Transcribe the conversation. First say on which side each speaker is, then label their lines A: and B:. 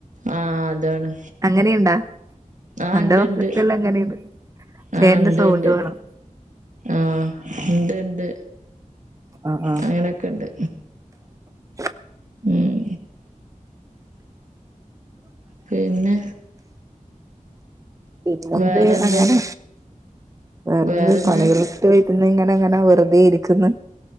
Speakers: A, on the right; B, on the right.
A: ആഹ് അതാണ്
B: അങ്ങനെയുണ്ടാ
A: ആഹ്
B: എന്റെ
A: ഇണ്ട്
B: മക്കക്കെല്ലാം
A: ഇണ്ട്
B: അങ്ങനെയണ്ട്. ഫന്റെ
A: ആഹ് ഇണ്ട്
B: സൗണ്ട്
A: ഇണ്ട്
B: വേണം
A: ആഹ് ഇണ്ട് ഇണ്ട്
B: ആ ആ
A: അങ്ങനൊക്കെ ഇണ്ട്
B: <inaudible> <inaudible>
A: ഉം പിന്നെ
B: പിന്നെന്ത്,
A: വേറെന്താ
B: അങ്ങനെ വേറെന്ത്
A: വേറെന്താ
B: പണികള്? വീട്ടില് ഇങ്ങനെ അങ്ങനെ വെറതെ ഇരിക്കുന്നു.